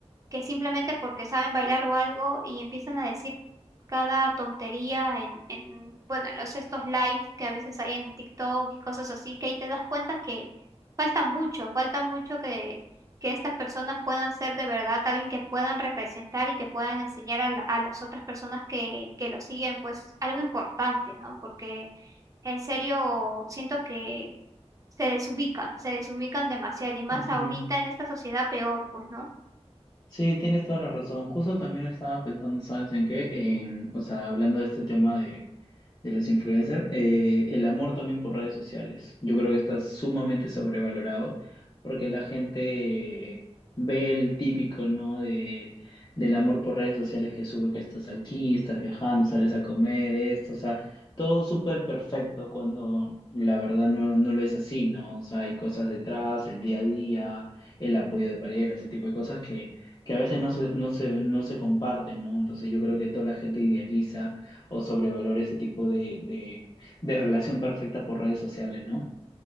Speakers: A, on the right; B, on the left.
A: que simplemente porque saben bailar o algo y empiezan a decir cada tontería en, en bueno, en los estos live que a veces hay en TikTok y cosas así, que ahí te das cuenta que falta mucho, falta mucho que, que estas personas puedan ser de verdad alguien que puedan representar y que puedan enseñar a, la- a las otras personas que, que lo siguen, pues algo importante, ¿no? Porque en serio siento que se desubican, se desubican demasiado y más
B: Ujú.
A: ahorita en esta sociedad peor, pues, ¿no?
B: Sí, tienes toda la razón. Justo también estaba pensando, ¿sabes en qué? En, o sea, hablando de este tema de, de los influencers, eh, el amor también por redes sociales. Yo creo que está sumamente sobrevalorado porque la gente ve el típico, ¿no? De, del amor por redes sociales que sube que estás aquí, estás viajando, sales a comer, esto, o sea, todo súper perfecto cuando la verdad no, no lo es así, ¿no? O sea, hay cosas detrás, el día a día, el apoyo de pareja, ese tipo de cosas que que a veces no se, no se, no se comparten, ¿no? Entonces yo creo que toda la gente idealiza o sobrevalora ese tipo de, de, de relación perfecta por redes sociales, ¿no?